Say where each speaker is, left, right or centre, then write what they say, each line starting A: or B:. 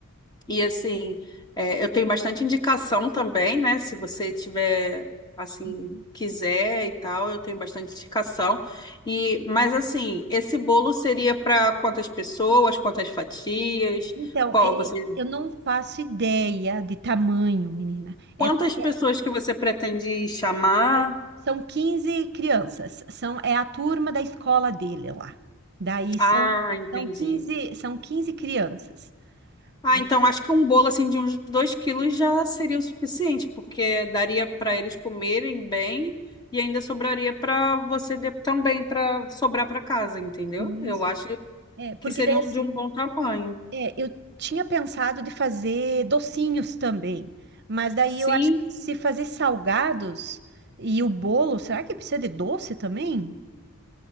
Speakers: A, on the left; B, on the right.
A: e assim, é, eu tenho bastante indicação também, né? Se você tiver, assim,
B: Uhum.
A: quiser e tal, eu tenho bastante indicação. E, mas assim, esse bolo seria para quantas pessoas, quantas fatias?
B: Então,
A: Qual
B: é,
A: você,
B: eu não faço ideia de tamanho, menina.
A: quantas
B: É porque
A: pessoas que você pretende chamar?
B: são, são 15 crianças, são, é a turma da escola dele lá. Daí são,
A: Ah, entendi.
B: são quinze são quinze crianças.
A: Ah,
B: Aí,
A: então acho que um bolo assim de uns 2 quilos já seria o suficiente, porque daria para eles comerem bem e ainda sobraria para você de- também para sobrar para casa, entendeu?
B: isso.
A: Eu acho
B: É, porque
A: que seriam
B: daí assim,
A: de um bom tamanho.
B: é, eu tinha pensado de fazer docinhos também, mas daí
A: Sim,
B: eu acho que se fazer salgados e o bolo, será que precisa de doce também?